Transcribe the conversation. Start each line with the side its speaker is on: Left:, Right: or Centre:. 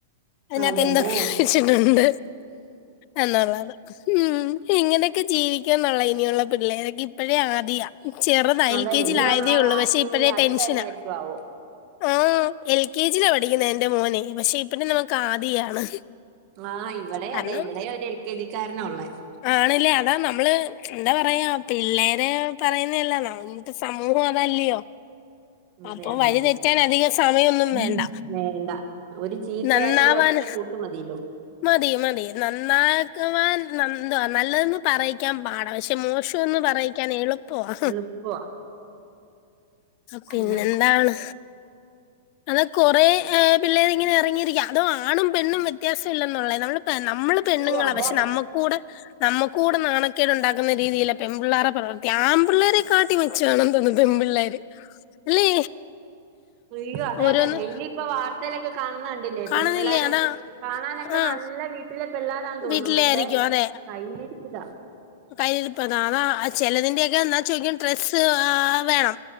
Left: അതിനാത്ത്
Right: അതന്നെ
Left: എന്തൊക്കെയാ ച്ചിട്ടുണ്ട് എന്നുള്ളത് ഉം ഇങ്ങനെയൊക്കെ ജീവിക്കാ എന്നുള്ള ഇനിയുള്ള പിള്ളേരൊക്കെ ഇപ്പഴേ ആദിയാ ചെറുതാ
Right: അതെ
Left: എൽ കെ
Right: ഇനിയുള്ള
Left: ജിൽ ആയതേ ഉള്ളൂ
Right: കാലത്ത്
Left: പക്ഷെ ഇപ്പഴേ
Right: ഇനി അടുത്ത
Left: ടെൻഷനാ
Right: എന്നായിരിക്കും ആവോ
Left: ആഹ് എൽ കെ ജിയിലാ പഠിക്കുന്നെ എൻ്റെ മോനെ പക്ഷെ ഇപ്പഴും നമുക്ക് ആദിയാണ്
Right: ആഹ് ഇവിടെ
Left: കാരണം
Right: അതെ ഇവിടെ ഒരു എൽ കെ ജി ക്കാരനാ ഒള്ളെ
Left: ആണല്ലേ അതാ നമ്മള് എന്താ പറയാ പിള്ളേര് പറയുന്നല്ലാ ന ഇന്നത്തെ സമൂഹം അതല്ലയോ
Right: അതെ
Left: അപ്പൊ
Right: അതെ
Left: വഴിതെറ്റാൻ
Right: അതെ
Left: അധികം സമയമൊന്നും
Right: ഉം.
Left: വേണ്ട
Right: വേണ്ട ഒരു ചീത്തയായിട്ടുള്ള
Left: നന്നാവാൻ
Right: ഒറ്റ കൂട്ടുമതില്ലോ
Left: മതി മതി നന്നാക്കവാൻ നവാ നല്ലതെന്ന് പറയിക്കാൻ പാടാ പശേ പക്ഷെ മോശംന്ന് പറയിക്കാൻ എളുപ്പവാ
Right: എളുപ്പവാ
Left: പിന്നെന്താണ്
Right: പിന്നെ
Left: അതാ കൊറെ ഏഹ് പിള്ളേരിങ്ങനെ ങ്ങിരിക്കാ അതോ ആണും പെണ്ണും വ്യത്യാസം ഇല്ലന്നൊള്ളയാ നമ്മള് പെണ്ണുങ്ങളാ
Right: അയ്യോ അതെ
Left: പക്ഷെ
Right: അതെ
Left: നമ്മ നമുക്കൂടെ നാണക്കേട് ഉണ്ടാക്കുന്ന രീതിയിലാ പെണ പിള്ളാർട പ്രവർത്തി ആൺ പിള്ളേര് കാട്ടി മെച്ചവാണെന്ന് തോന്നുന്നു പെമ്പിള്ളേര് അല്ലേ
Right: അയ്യോ അതെ
Left: ഓരോന്ന്
Right: അതെ ഡെയിലി ഇപ്പൊ വാർത്തയിലൊക്കെ കാണുന്നണ്ടി ല്ലേ
Left: കാണുന്നില്ലേ
Right: പെൺ പിള്ളാര്
Left: അതാ
Right: കാണാനൊക്കെ
Left: ആഹ്
Right: നല്ല വീട്ടിലെ പിള്ളാ രാന്ന് തോന്നും
Left: വീട്ടിലെ
Right: പക്ഷെ
Left: ആയിരിക്കും അതെ
Right: കൈയിലിരിപ്പിതാ
Left: കയ്യിലിപ്പതാ ചെിലതിന്റെക്കെ എന്നാ ചോയിക്കും ഡ്രസ്സ് വേണം